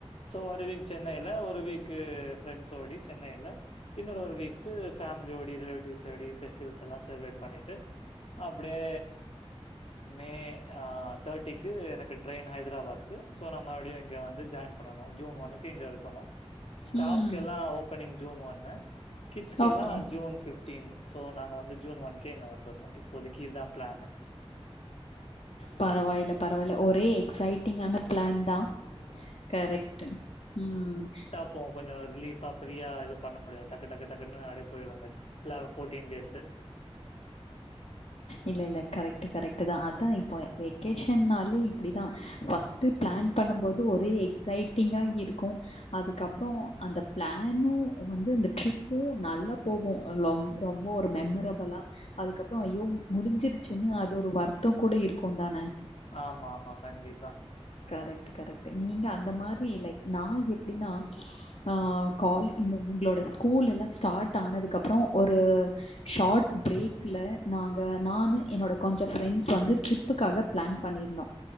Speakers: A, on the left; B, on the left.
A: சோ ஒரு வீக் சென்னையில ஒரு வீக்கு ஃப்ரெண்ட்ஸ்ஓடி சென்னையில இன்னொரு ஒரு வீக்ஸ்சு ஃபேமிலியோடி ரிலேட்டிவ்ஸ் ஓடி ஃபெஸ்டிவல்ஸ் எல்லா செலிப்ரேட் பண்ணிட்டு அப்டியே மே அ தேர்ட்டிக்கு எனக்கு ட்ரெயின் ஹைதராபாத்துக்கு சோ மறுபடியு இங்க வந்து ஜாயின் பண்ணணு ஜூன் ஒன்னுக்கு இங்க இருக்கணு ஸ்டாப்க்கு
B: ம்.
A: எல்லா ஓப்பனிங் ஜூன் ஒன்னு கிட்ஸ்க்கெல்லா
B: okay.
A: June fifteen so நாங்க வந்து ஜூன் ஒன்கே எங்க வந்திர்ணு இப்போதைக்கு இத்தா பிளானு
B: பரவாயில்ல பரவாயில்ல ஒரே எக்ஸைட்டிங்கான பிளான் தா கரெக்ட்டு உம்
A: இப்ப கொஞ்சோ ரிலீஃப்பா ப்ரியா எதும் பண்ண முடியாது டக்கு டக்கு டக்குன்னு அப்டே போயிடும் பிலாவ் போர்டின் டேஸ்சு
B: இல்ல இல்ல கரெக்ட் கரெக்ட் தா அத்தா இப்போ வெக்கேஷன்னாலே இப்பிடிதா ஃபர்ஸ்ட் ட்டு பிளான் பண்ணம்போது ஒரே எக்ஸைட்டிங்கா இருக்கும் அதுக்கப்றோ அந்த பிளானும் வந்து அந்த ட்ரிப்பும் நல்லா போகும் லொம் ரொம்ப ஒரு மெம்மரபுளா அதுக்கப்றோ ஐய்யோ முடிஞ்சிருச்சுன்னு அது ஒரு வருத்தம் கூட இருக்கும் தானே
A: ஆமா ஆமா கண்டிப்பா
B: கரெக்ட்டு கரெக்ட்டு நீங்க அந்த மாற் இல்ல நா எப்டின்னா ஆ கால் இந்த உங்களோட ஸ்கூல் எல்லா ஸ்டார்ட் ஆனதுக்கு அப்றோ ஒரு ஷார்ட் பிரேக் ல்ல நாங்க நானு என்னோட கொஞ்ச ஃப்ரெண்ட்ஸ் வந்து ட்ரிப்புக்காக பிளான் பண்ணியிருந்தோ